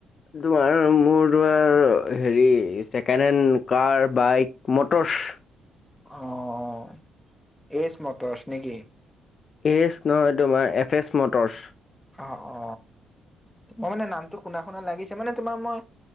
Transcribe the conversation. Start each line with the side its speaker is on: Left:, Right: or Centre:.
Left: তোমাৰ মোৰ তোমাৰ হেৰি second hand car bike motors.
Centre: অ অ এইজ মটৰচ নেকি?
Left: এইচ নহয় তোমাৰ এফ এছ মটৰচ।
Centre: অ অ মই মানে নামটো শুনা শুনা লাগিছে মানে তোমাৰ মই